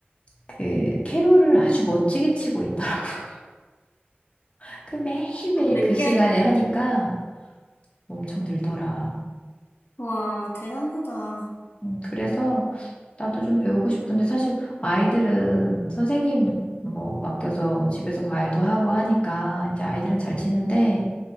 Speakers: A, on the left (about 30°); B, on the left (about 75°).
A: 그 캐롤을 아주 멋지게 치고 있더라고요. <laughs> 그 매일매일
B: 아, 늦게?
A: 그 시간에 하니까 엄청 늘더라.
B: 와, 대단하다.
A: 음, 그래서 나도 좀 배우고 싶은데 사실 아이들은 선생님 뭐 맡겨서 집에서 과외도 하고 하니까 이제 아이들은 잘 치는데